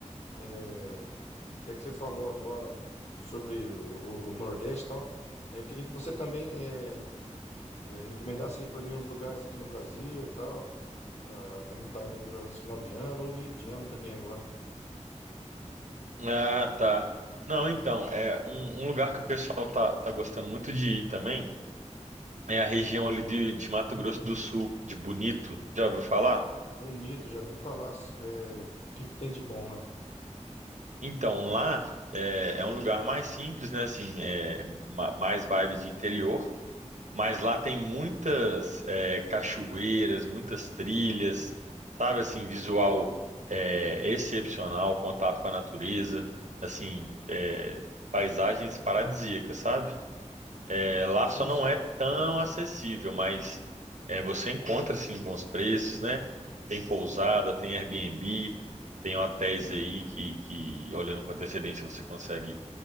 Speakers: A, on the left; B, on the right.
A: É, até que você falou agora sobre o, o- o Nordeste e tal, é, eu queria que você também... é, É, recomendasse aí pra mim uns lugares aqui no Brasil, e tal, Pra para mim estar indo agora nesse final de ano ou meio de ano também agora.
B: Ah, tá. Não, então, é um, um lugar que o pessoal tá, tá gostando muito de ir também é a região ali de, de Mato Grosso do Sul, de Bonito. Já ouviu falar?
A: Bonito, já vi falar, é, o que que tem de bom lá?
B: Então, lá é, é um lugar mais simples, né? Assim, é, ma- mais vibe de interior, mas lá tem muitas é, cachoeiras, muitas trilhas, sabe? Assim, visual é, excepcional, contato com a natureza, assim, é, paisagens paradisíacas, sabe? É, lá
A: Sim,
B: só não
A: sim.
B: é tão acessível, mas é, você encontra assim bons preços, né? Tem pousada, tem Airbnb, tem hotéis aí que, que olhando com antecedência você consegue